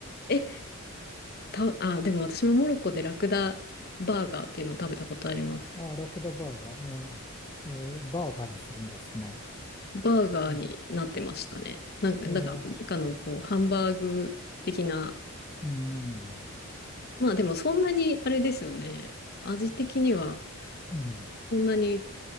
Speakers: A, on the left; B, on the left.
A: え、た、あ、でも私もモロッコでラクダバーガーっていうのを食べたことあります。
B: あーラクダバーガー。えーえーバーガーにするんですね。
A: バーガーになってましたね。
B: うん
A: なんか、
B: えー、
A: だから中のこう、ハンバーグ的な、
B: うん、
A: まあでもそんなにあれですよね。味的には
B: うん。
A: そんなに